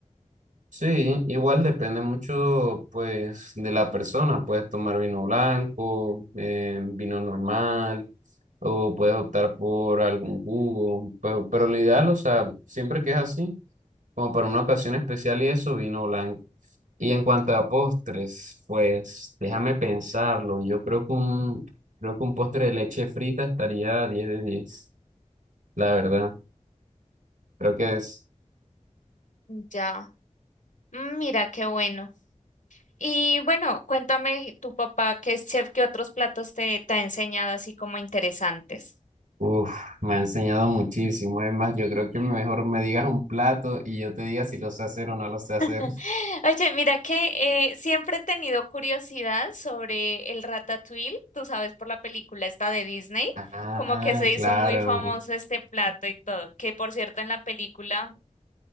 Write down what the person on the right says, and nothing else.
Sí, igual depende mucho, pues, de la persona. Puedes tomar vino blanco, eh, vino normal, o puedes optar por algún jugo. Pero, pero lo ideal, o sea, siempre que es así, como para una ocasión especial y eso, vino blanco. Y en cuanto a postres, pues, déjame pensarlo. Yo creo que un, creo que un postre de leche frita estaría 10 de 10. la verdad. Creo que es.
Uf, me ha enseñado muchísimo. Es más, yo creo que mejor me digas un plato y yo te diga si lo sé hacer o no lo sé hacer.
Ah,
claro.